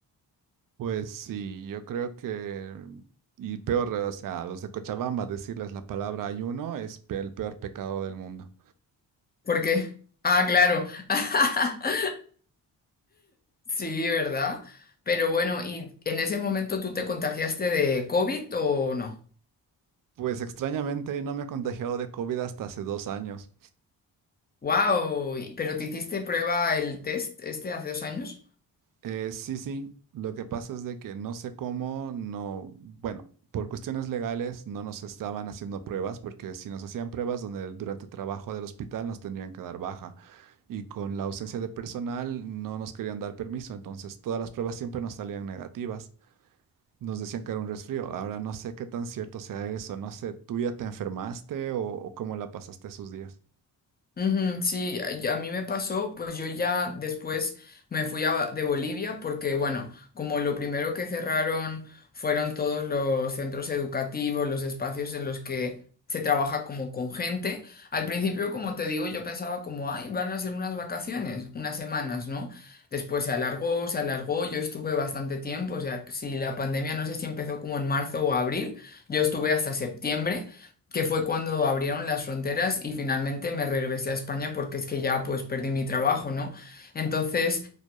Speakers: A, on the right; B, on the left.
A: Pues sí, yo creo que, y peor, o sea, a los de Cochabamba decirles la palabra ayuno es pe- el peor pecado del mundo.
B: ¿por qué? Ah, claro. <laughs> Sí, ¿verdad? Pero bueno, ¿y en ese momento tú te contagiaste de COVID o no?
A: Pues extrañamente no me he contagiado de COVID hasta hace dos años.
B: ¡Wow! ¿Pero te hiciste prueba el test este hace dos años?
A: Eh, sí, sí, lo que pasa es de que no sé cómo, no, bueno, por cuestiones legales no nos estaban haciendo pruebas, porque si nos hacían pruebas donde durante el trabajo del hospital nos tendrían que dar baja. Y con la ausencia de personal no nos querían dar permiso, entonces todas las pruebas siempre nos salían negativas. Nos decían que era un resfrío. Ahora no sé qué tan cierto sea eso, no sé, ¿tú ya te enfermaste o, o cómo la pasaste esos días?
B: Ujú, sí, a y a mí me pasó, pues yo ya después me fui a- de Bolivia porque, bueno, como lo primero que cerraron fueron todos los centros educativos, los espacios en los que se trabaja como con gente, al principio, como te digo, yo pensaba como, ay, van a ser unas vacaciones, unas semanas, ¿no? Después se alargó, se alargó, yo estuve bastante tiempo, o sea, si la pandemia no sé si empezó como en marzo o abril, yo estuve hasta septiembre que fue cuando abrieron las fronteras y finalmente me regresé a España porque es que ya pues perdí mi trabajo, ¿no? Entonces